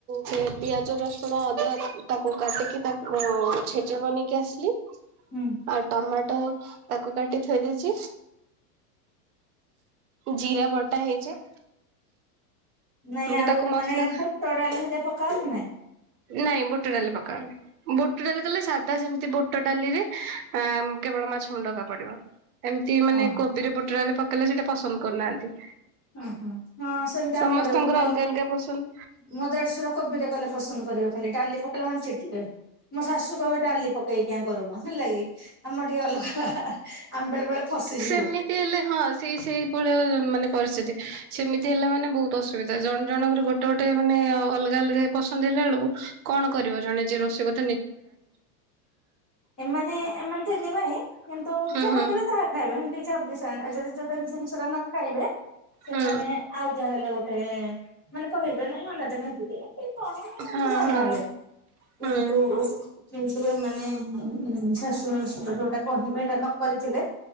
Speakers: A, on the right; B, on the left.
A: ସେ ପିଆଜ ରସୁଣ ଅଦା ତାକୁ କାଟିକି ତାକୁ ଓ ଛେଚା ବନେଇକି ଆସିଲି।
B: ହୁଁ
A: ଆଉ ଟମାଟୋ ତାକୁ କାଟି ଥୋଇ ଦେଇଛି। ଜିରା ବଟା ହେଇଛି।
B: ନାଇଁ
A: ଏମିତି
B: ଆଉ
A: ତାକୁ ମସଲା
B: ମାନେ ବୁଟ ଡାଲି ସେତେ ପକା ହବ ନା ନାଇଁ।
A: ନାଇଁ ବୁଟ ଡାଲି ପକାଓନି ବୁଟ ଡାଲି କଲେ ସା ତ ସେମିତି ବୁଟ ଡାଲିରେ ଆ କେବଳ ମାଛ ମୁଣ୍ଡ ଆକା ପଡିବ। ଏମିତି ମାନେ
B: ଓହୋ
A: କୋବିରେ ବୁଟଡାଲି ପକେଇଲେ ସେଟା ପସନ୍ଦ କରୁନାହାନ୍ତି।
B: ଓହୋ ହଁ ସେମିତି
A: ସମସ୍ତଙ୍କର
B: ଆମର ବି ମୋ
A: ଅଲଗା ଅଲଗା ପସନ୍ଦ।
B: ମୋ ଦେଢ଼ଶୁର କୋବିରେ କଲେ ପସନ୍ଦ କରିବେ ଖାଲି। ଡାଲି ପକେଇଲା ମାନେ ଚିଡିବେ। ମୋ ଶାଶୁ କହିବେ ଡାଲି ପକେ ସେ କିଆଁ କରୁନ ହେଲା କିି? ଆମର ଟିକେ ଅଲଗା ହାଁ ହାଁ ହାଁ ଆମେ ବେଳେ ବେଳେ ଫସିଯିବୁ
A: ସେମି ହେଲେ ହଁ ସେଇ ସେଇଭଳିଆ ମାନେ ପରିସ୍ଥିତି ସେମିତି ହେଲେ ମାନେ ବୋହୁତ ଅସୁବିଧା ଜଣେ ଜଣଙ୍କର ଗୋଟେ ଗୋଟେ ଗୋଟେ ମାନେ ଅଲଗା ଅଲଗା ପସନ୍ଦ ହେଲା ବେଳକୁ କଣ କରିବ ଜଣେ ଯିଏ ରୋଷେଇ କରୁ
B: ଏମାନେ ଏମାନେ ତିନି ଭାଇ କିନ୍ତୁ
A: ହୁଁ
B: ଯାହାଦେଲେ
A: ହୁଁ
B: ତାହା ଖାଇବେ ଏମିତିି ଯଦି ଯୋଉ ଜିନିଷଟା ନ ଖାଇବେ ସେମାନେ
A: ହୁଁ
B: ଆଉ ଯାହାହେଲେ ଗୋଟ ସେ ମାନେ କହିବେ ନାଇଁ ଅଣ୍ଡା ଭାଜିଦିଅ କ କଣ ମାନେ
A: ହଁ
B: ନର୍ମାଲରେ।
A: ହଁ ହୁଁ
B: କିନ୍ତୁ କିନ୍ତୁ ଏମାନେ ଶାଶୁ ଶଶୁର ଯୋଉଟା କହିବେ ହେଇଟା ନ କରିଥିଲେ